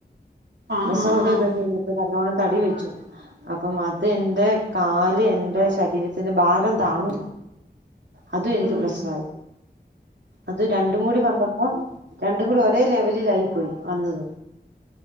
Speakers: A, on the right; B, on the right.
A: ആഹ്
B: പ്രസവോക്കെ
A: ആഹ്
B: കഴിഞ്ഞ് കഴിഞ്ഞപ്പോ നല്ലോണം തടി വെ ച്ചു അപ്പം അത് എന്റെ കാല് എന്റെ ശരീരത്തിന്റെ ഭാരം താങ്ങുല അതും എനിക്ക്
A: ആഹ് ആഹ്
B: പ്രശ്നവായി അത് രണ്ടും കൂടി വന്നപ്പോ ര രണ്ടും ഒരേ ലെവലിലായി പോയി വന്നത്